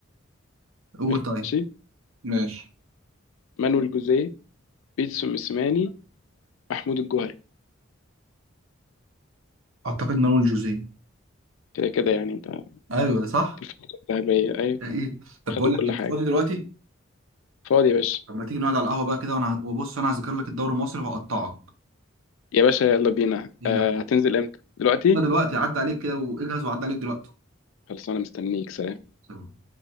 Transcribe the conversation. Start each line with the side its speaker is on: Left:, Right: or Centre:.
Right: قول
Left: ماشي
Right: طيب ماشي
Left: مانويل جوزيه بيتسو موسيماني محمود الجوهري
Right: اعتقد مانويل جوزيه
Left: كده كده يعني انت
Right: ايوه صح
Left: في الفترة الذهبية ايوه
Right: ايه طب
Left: خدوا
Right: بقول
Left: كل
Right: لك انت
Left: حاجة
Right: فاضي دلوقتي
Left: فاضي يا باشا
Right: طب ما تيجي نقعد على القهوه بقى كده وانا وبص انا هذاكر لك الدوري المصري وهقطعك
Left: يا باشا يلا بينا
Right: يلا
Left: آه هتنزل امتى دلوقتي
Right: يلا دلوقتي عدى عليك كده واجهز وعدى عليك دلوقتي
Left: خلاص انا مستنيك سلام
Right: سلام.